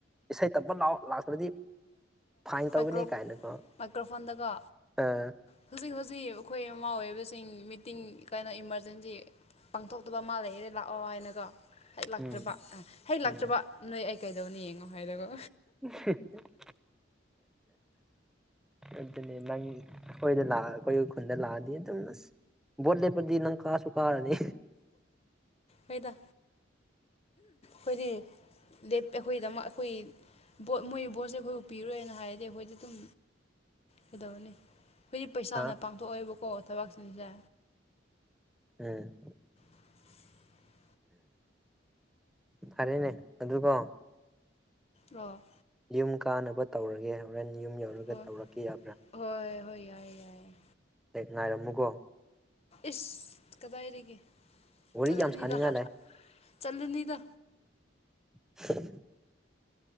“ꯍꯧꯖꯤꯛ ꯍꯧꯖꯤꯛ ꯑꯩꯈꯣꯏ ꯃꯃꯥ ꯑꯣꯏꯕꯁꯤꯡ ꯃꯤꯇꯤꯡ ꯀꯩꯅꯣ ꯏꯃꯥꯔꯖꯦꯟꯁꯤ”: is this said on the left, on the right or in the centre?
Left